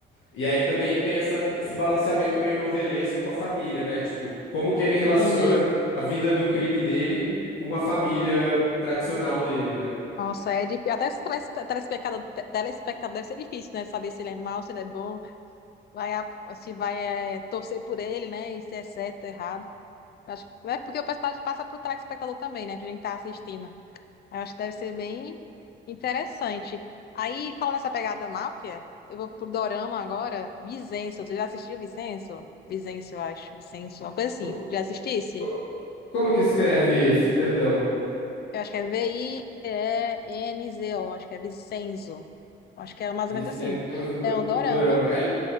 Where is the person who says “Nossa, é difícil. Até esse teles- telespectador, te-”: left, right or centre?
Left